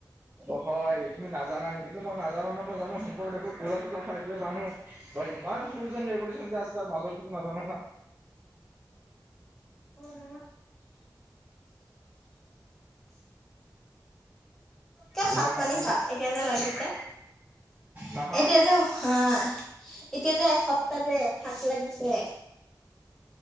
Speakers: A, on the right; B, in the centre.
A: অ', হয় তুমি নাজানা নেকি, কিন্তু মই নাজানো ন মই জানো শংকৰদেৱৰ পূজা তোজা হয় জানো। বা ইমান ৰুলছ এণ্ড ৰেগুুলেশন যে আছে তাৰ মাজত সেইটো নাজানো না।
B: উম, হুম।
A: বুজা
B: সাত
A: নাই
B: মানিচা
A: কি
B: এতিয়া যে লাগিছে,
A: হা হা
B: এতিয়া যে আ এতিয়া যে এসপ্তাহ যে সাত লাগিছে।